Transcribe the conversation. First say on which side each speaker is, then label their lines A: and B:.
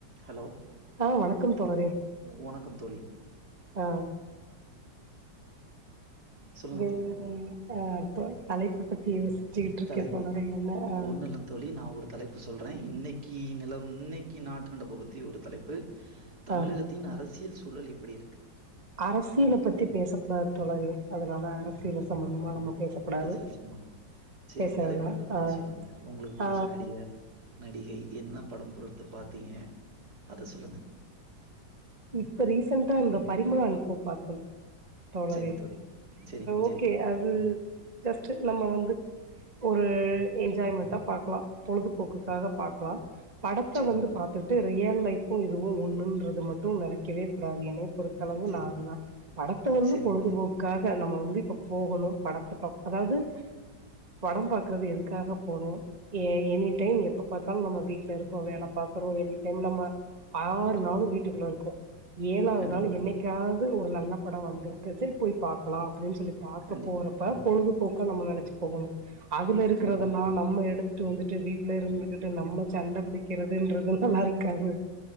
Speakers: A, on the right; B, on the right.
A: Hello
B: ஆ வணக்கம் தோழரே
A: வணக்கம் தோழி
B: ஓ
A: சொல்லுங்க
B: வேற
A: தோழி
B: ஆ தலைப்பு பத்தி யோசிச்சுட்டு இருக்க
A: தலைப்பு
B: தோழரே என்ன அ
A: ஒண்ணு இல்ல தோழி நா ஒரு தலைப்பு சொல்ற இன்னைக்கு நில இன்னைக்கு நாட்டு நடப்ப பத்தி ஒரு தலைப்பு தமிழகத்தின்
B: ஆ
A: அரசியல் சூழல் எப்படி இருக்கு
B: அரசியல பத்தி பேசக்கூடாது தோழரே அதனால அரசியல சம்பந்தமா நம்ம பேசக்கூடாது
A: அரசியல் சம்பந்த சரி
B: பேச
A: திரைப்படத்த
B: வேணா
A: பத்தி
B: ஆ
A: சொல்லுங்க உங்களுக்கு பிடிச்ச
B: ஆ
A: நடிகர் நடிகை என்ன படம் பொடுத்து பாத்தீங்க அத சொல்லுங்க
B: இப்ப ரீசண்டடா இந்த பரிமல அன் கோ பாத்தோ தோழரே
A: சரிங்க தோழி சரிங்க சரிங்க
B: ஓகே அது ஜஸ்ட் நம்ம வந்து ஒரு என்ஜாய்மெண்ட்டா பாகக்கலா பொழுதுபோக்குக்காக பாக்கலா படத்த
A: சரிங்க
B: வந்து
A: தோழி
B: பாத்துட்டு ரியல் லைஃப்பு இதுவு ஒன்னுன்றது மட்டு நினைக்கவே கூடாது என ஒருத்தளவு
A: சரிங்க
B: நா தா படத்த வந்து
A: சரிங்க
B: பொழுதுபோக்கு
A: தோழி
B: க்காக நம்ம வந்து இப்ப போகணு படத்த பா அதாவது படம் பாக்குறது எதுக்காக போறோ ஏ எனி டைம் எப்ப பாத்தாலு நம்ம வீட்ல இருக்கோ வேல பாக்குறோ எனி டைம் நம்ம ஆறு நாளு வீட்டுக்குள்ள இரு கோ ஏழாவது
A: கண்டிப்பா
B: நாள்
A: தோழி
B: என்னைக்காவது ஒரு நல்ல பட வந்திருக்கு சரி போய் பாக்கலா அப்டின் சொல்லி பாக்க
A: கண்டிப்பா
B: போறப்ப பொழுதுபோக்கா நம்ம நெனைச்சு போகணு அதுல இருக்கறதல்லா
A: கண்டிப்பா
B: நம்ம எடுத்து ட்டு வந்துட்டு வீட்ல இருந்துகிட்டு நம்ம சண்டை பிடிக்கிறதுன்றது நல்லா இருக்காது